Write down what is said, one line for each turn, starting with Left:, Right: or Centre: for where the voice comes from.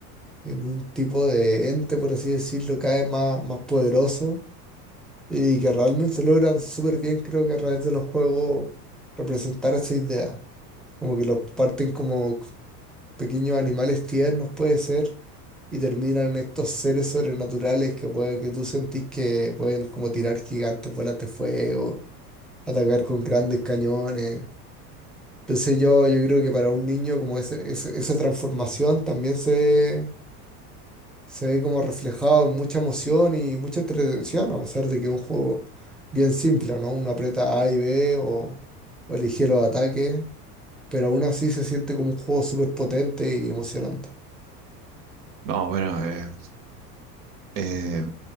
Centre: en un tipo de ente, por así decirlo, cada vez más, más poderoso. Y que realmente logran súper bien, creo que a través de los juegos, representar esa idea. Como que lo parten como pequeños animales tiernos puede ser, y terminan estos seres sobrenaturales que puede que tú sentís que pueden como tirar gigantes bolas de fuego, atacar con grandes cañones. Entonces yo, yo creo que para un niño como ese- ese- esa transformación también se ve, se ve como reflejado en mucha emoción y mucha entretención, a pesar de que es un juego bien simple, ¿no? Uno aprieta A y B o, o elige los ataques, pero aún así se siente como un juego súper potente y emocionante.
Right: No, bueno, eh, eh,